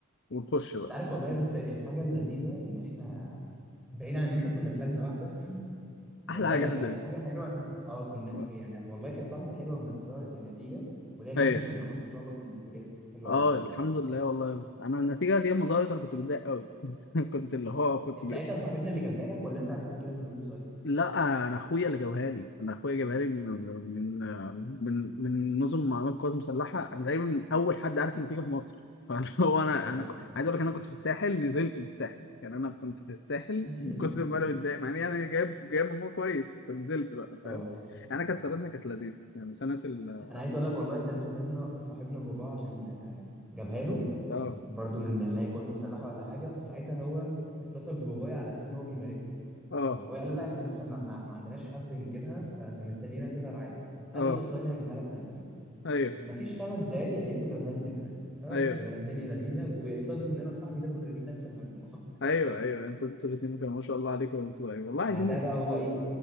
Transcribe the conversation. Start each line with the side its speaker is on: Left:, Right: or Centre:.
Left: ونخش بقى
Centre: انت عارف والله بس الحاجه اللذيذه ان احنا بعيد عن ان احنا كنا في لجنه واحده والله
Left: احلى حاجة
Centre: لا
Left: في
Centre: كانت
Left: الدنيا
Centre: حاجة حلوة ان احنا اه كنا ح-
Left: <laughs>
Centre: يعني والله كانت لحظة حلوة لما ظهرت النتيجة ولان
Left: ايوه
Centre: احنا كلنا ما شاء الله كنا في كليات حلوة
Left: اه
Centre: قوي
Left: الحمد لله والله انا النتيجة دي مظاهرة انا كنت متضايق قوي <laughs> كنت اللي هو كنت
Centre: انت ساعتها صاحبنا اللي جابها لك ولا انت عرفت تجيبها من الويب سايت
Left: لا انا اخويا اللي جابها لي انا اخويا جابها لي من من من من نظم معلومات القوات المسلحه انا تقريبا اول حد عارف النتيجه في مصر فانا <laughs> هو انا
Centre: اه
Left: انا ك- عايز اقول لك انا كنت في الساحل نزلت من الساحل يعني انا كنت في الساحل
Centre: <laughs>
Left: من كتر ما انا متضايق مع اني انا جايب جايب مجموع كويس فنزلت بقى فاهم
Centre: اه
Left: انا كانت سنتنا كانت لذيذه يعني سنه ال
Centre: انا عايز اقول لك والله كان صاحبنا صاحبنا باباه عشان آه، جابها له
Left: اه
Centre: برضه من اللي هي قوات مسلحة ولا حاجة فساعتها هو اتصل ببابايا على اساس ان هو بيبارك له
Left: اه
Centre: فبابايا قال له لا احنا لسه ما, ما, ما عندناش حد نجيبها ف- فمستنينا تظهر عادي قال
Left: اه
Centre: له طب ثواني انا هجيبها لك انا كمان
Left: ايوه
Centre: مفيش خمس دقايق لقيته جابها لي انا كمان فبس
Left: ايوه
Centre: الدنيا لذيذه وك- ويصادف ان انا وصاحبي ده كنا جايبين نفس المجموعه <laughs>
Left: ايوه ايوه انتوا انتوا الاثنين كانوا ما شاء الله عليكم وانتوا صغيرين والله عايزين
Centre: بعدها بقى هو ايه